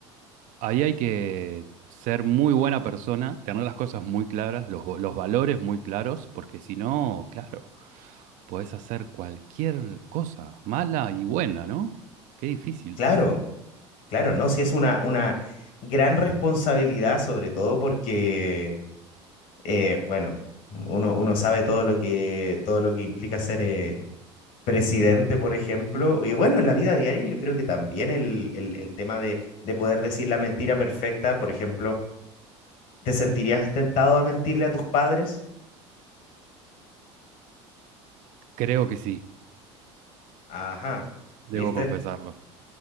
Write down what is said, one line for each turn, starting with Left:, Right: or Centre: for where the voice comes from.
Right: ahí hay que ser muy buena persona, tener las cosas muy claras, los, los valores muy claros, porque si no, claro. Podés hacer cualquier cosa, mala y buena, ¿no? Qué difícil.
Left: Claro, claro, ¿no? Si es una, una gran responsabilidad, sobre todo porque, eh, bueno, uno, uno sabe todo lo que, todo lo que implica ser eh, presidente, por ejemplo. Y bueno, en la vida diaria yo creo que también el, el, el tema de, de poder decir la mentira perfecta, por ejemplo, ¿te sentirías tentado a mentirle a tus padres?
Right: Creo que sí,
Left: Ajá,
Right: debo
Left: ¿viste?
Right: confesarlo.